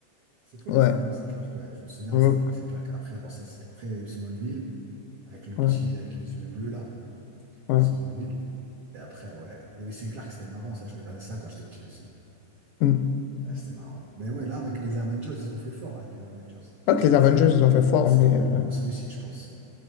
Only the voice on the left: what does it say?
Ouais.
Ouais,
ouais.
ouais.
Hmm.
Pas que les
Avengers, ils ont fait fort,
mais...
euh,